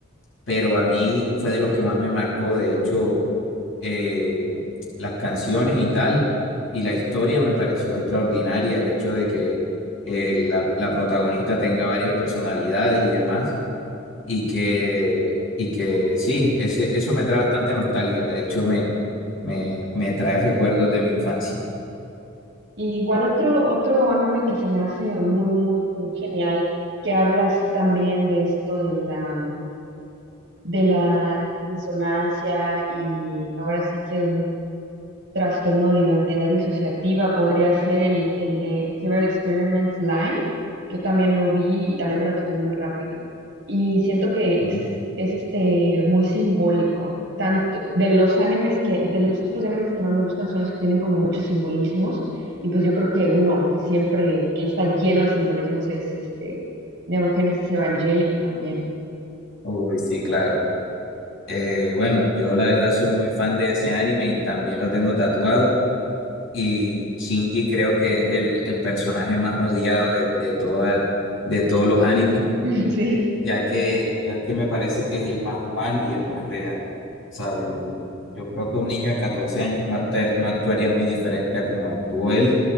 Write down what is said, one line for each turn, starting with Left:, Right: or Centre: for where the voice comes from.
Left: pero a mí fue de los que más me marcó, de hecho, eh, las canciones y tal, y la historia me pareció extraordinaria, el hecho de que eh, la, la protagonista tenga varias personalidades y demás, y que, y que sí, ese, eso me trae bastante nostalgia, de hecho me, me, me trae recuerdos de mi infancia,
Right: Y igual otro, otro anime que se me hace muy, muy, muy genial, que habla así también de esto de la, de la insonancia y ahora sí que trastorno de identidad disociativa, podría ser el, el de Serial Experiments Live. Yo también lo vi y también me lo terminé muy rápido. Y siento que
Left: ¿no?
Right: es, es este, muy simbólico. Tanto de los animes que, de los tipos de animes que más me gustan son los que tienen como muchos simbolismos. Y pues yo creo que uno que siempre, que está lleno de simbolismos es este Neon Genesis Evangelion también.
Left: Uy, sí, claro. Eh, bueno, yo la verdad soy muy fan de ese anime y también lo tengo tatuado. Y Shinji creo que es el, el personaje más odiado de, de, toda- de todos los animes,
Right: <laughs> Sí.
Left: ya que, ya que me parece que es el más humano y el más real, ¿sabes? Y yo creo que un niño de 14 años no, acta- no actuaría muy diferente a como actuó él,